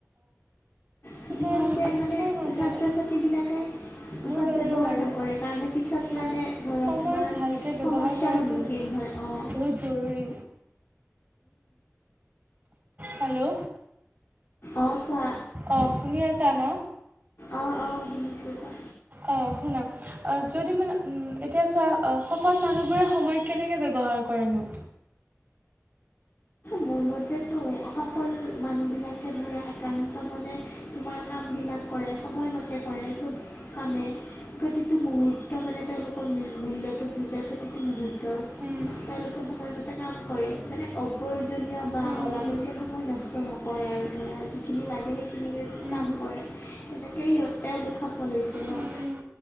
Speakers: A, on the left (about 55°); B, on the right (about 40°).
A: সিহঁতে
B: তোমাৰ মানে তোমাৰ মতে
A: ছাত্ৰ ছাত্ৰীবিলাকে
B: মোৰ
A: সদব্যৱহাৰ
B: বাবেও বাৰু
A: নকৰে
B: মানে
A: কাৰণে পিছত মানে ধৰা
B: সময়
A: তোমাৰ
B: ভালকৈ
A: সমস্যাৰ
B: ব্যৱহাৰ কৰাটো
A: সন্মুখীন হয় অঁ
B: বহুত জৰুৰী। হেল্ল'?
A: অ', কোৱা?
B: অ', শুনি আছা ন'?
A: অ', অ', শুনিছো কোৱা।
B: অ', শুনাক। যদি মানে এতিয়া চোৱা সফল মানুহবোৰে সময় কেনেকৈ ব্যৱহাৰ কৰেনো?
A: মোৰ মতেতো সফল মানুহবিলাকে ধৰা একান্ত মনে তোমাৰ কাম বিলাক কৰে সময়মতে কৰে চব কামে। প্ৰতিটো মুহূৰ্ত মানে তেওঁলোকৰ মূল্য়টো বুজাই প্ৰতিটো মুহূৰ্তৰ।
B: উম,
A: তেওঁলোকে সময়মতে কাম কৰে মানে অ' প্ৰয়োজনীয় বা
B: উম,
A: অলাগতিয়াল সময় নষ্ট নকৰে আৰু ধৰা যিখিনি লাগে সেইখিনিকে
B: উম,
A: কাম কৰে তেনেকৈ সিহঁত তেওঁলোক সফল হৈছে ন'?
B: উম,